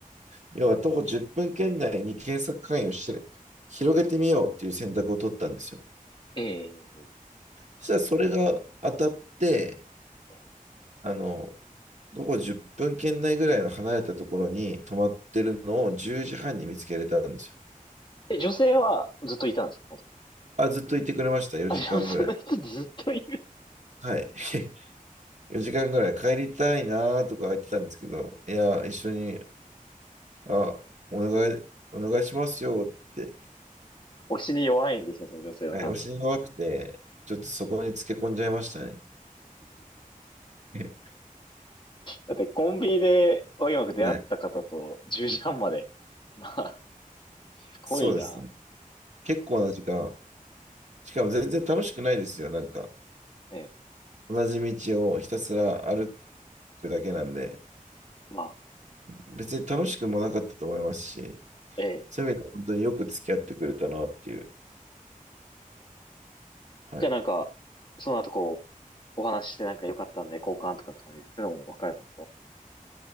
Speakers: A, on the right (about 55°); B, on the left (about 35°).
A: 要は徒歩10分圏内に検索範囲をして広げてみようっていう選択を取ったんですよ。
B: え、え
A: そしたらそれが当たって、
B: え、
A: あの、どこ10分圏内ぐらいの離れたところに泊まってるのを10時半に見つけれたんですよ。
B: え、女性はずっといたんですか
A: あ、ずっといてくれました、4時間ぐらい。
B: あ、女性の人ずっといる。
A: はい。<laughs> 4時間ぐらい帰りたいなーとか言ってたんですけど、いや、一緒に、あ、お願い、お願いしますよって、
B: 推しに弱いんですね、その女性は多分。
A: はい、お尻が弱くて、ちょっとそこにつけ込んじゃいましたね。<laughs>
B: だってコンビニでわけわく出会った方と10時半まで。
A: はい。
B: <laughs> まあ、すごいな。
A: そうですね。結構な時間。しかも全然楽しくないですよ。なんか、
B: ええ。
A: 同じ道をひたすら歩くだけなんで、
B: まあ、
A: 別に楽しくもなかったと思いますし、
B: ええ。
A: そういう意味では本当によく付き合ってくれたなっていう。はい。
B: じゃあなんか、その後こう、お話ししてなんか良かったんで交換とかって感じです、そういうのも別れたんですか